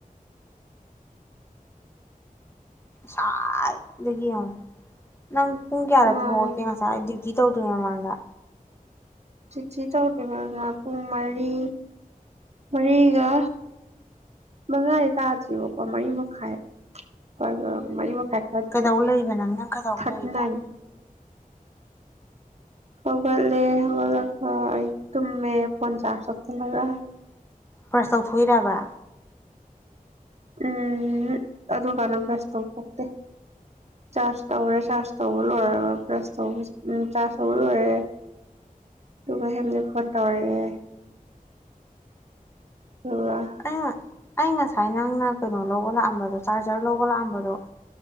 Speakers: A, on the left; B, on the right.
A: ꯁꯥꯏꯗꯒꯤ ꯌꯦꯡꯉꯣ ꯅꯪ ꯄꯨꯡ ꯀꯌꯥꯗ
B: ꯃꯥꯅꯦ
A: ꯇꯨꯝ ꯍꯧꯒꯠꯀꯦ ꯉꯁꯥꯏ ꯗꯨꯏ ꯀꯤ ꯇꯧꯗ꯭ꯔꯤꯉꯩ ꯃꯃꯥꯡꯗ
B: ꯆꯤꯊꯤ ꯇꯧꯗꯔꯤꯕ ꯄꯨꯡ ꯃꯔꯤ ꯃꯔꯤꯒ ꯃꯉꯥꯗꯤ ꯇꯥꯗ꯭ꯦꯔꯤꯕꯀꯣ ꯃꯔꯤ ꯃꯈꯥꯏ ꯍꯣꯏ ꯃꯔꯤ ꯃꯈ ꯍꯥꯏ ꯊꯔꯇꯤ
A: ꯀꯩꯗꯧ ꯂꯩꯔꯤꯕ ꯅꯪ ꯅꯪ ꯀꯩꯗꯧ
B: ꯊꯔꯇꯤꯅꯥꯏꯟ
A: ꯂꯩꯔꯤꯕ꯭ꯔꯥ
B: ꯍꯧꯒꯠꯂꯦ ꯍꯧꯒꯠꯂꯒ ꯑꯩ ꯇꯨꯝꯃꯦ ꯐꯣꯟ ꯆꯥꯔꯁ ꯇꯧꯁꯤꯜꯂꯒ
A: ꯄ꯭ꯔꯁ ꯇꯧꯊꯣꯛꯏꯔꯕ
B: ꯎꯝ ꯑꯗꯨ ꯀꯥꯟꯗ ꯕ꯭ꯔꯁ ꯇꯧꯕꯊꯣꯛꯇꯦ ꯆꯥꯔꯖ ꯇꯧꯔꯦ ꯆꯥꯔꯖ ꯇꯧꯕ ꯂꯣꯏꯔꯒ ꯕ꯭ꯔꯁ ꯇꯧꯕ ꯎꯝ ꯆꯥꯔꯖ ꯇꯧꯕ ꯂꯣꯏꯔꯦ ꯑꯗꯨꯒ ꯍꯦꯝꯂꯤ ꯐꯣꯟ ꯇꯧꯔꯛꯑꯦ ꯊ <unintelligible>
A: ꯑꯩꯅ ꯑꯩ ꯉꯁꯥꯏ ꯅꯪꯅ ꯀꯩꯅꯣ ꯂꯧꯕ ꯂꯥꯛꯑꯝꯕꯗꯣ ꯆꯥꯔꯖꯔ ꯂꯧꯕ ꯂꯥꯛꯑꯝꯕꯗꯣ